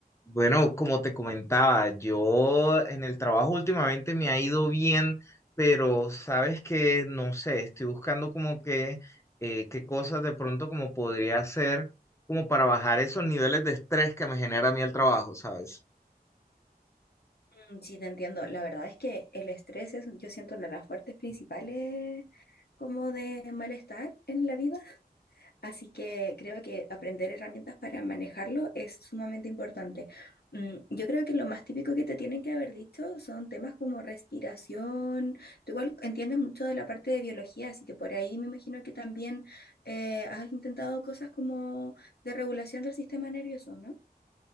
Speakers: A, on the left; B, on the left.
A: Bueno, como te comentaba, yo en el trabajo últimamente me ha ido bien, pero sabes que no sé, estoy buscando como que eh, qué cosas de pronto como podría hacer como para bajar esos niveles de estrés que me genera a mí el trabajo, ¿sabes?
B: Mm, Sí, te entiendo. La verdad es que el estrés es, yo siento, una de las fuertes principales como de malestar en la vida, así que creo que aprender herramientas para manejarlo es sumamente importante. Mm, Yo creo que lo más típico que te tienen que haber dicho son temas como respiración. Tú igual entiendes mucho de la parte de biología, así que por ahí me imagino que también eh, has intentado cosas como de regulación del sistema nervioso, ¿no?